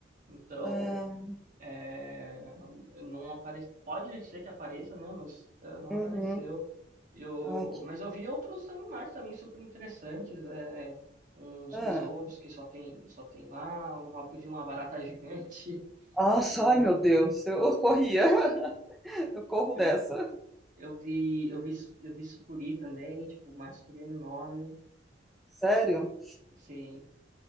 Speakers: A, on the right; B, in the centre.
A: Então.
B: Ah,
A: É, não aparece, pode ser que apareça, né? Mas é, não
B: uhum.
A: apareceu. Eu,
B: Ai, que...
A: mas eu vi outros animais também super interessantes, é, uns
B: ah.
A: besouros que só tem, só tem lá, uma, eu vi uma barata gigante <laughs>
B: Nossa,
A: e
B: ai meu Deus, eu corria, <laughs> eu corro
A: eu,
B: dessa.
A: eu vi, eu vi, eu vi sucuri também, tipo, uma sucuri enorme,
B: Sério?
A: assim.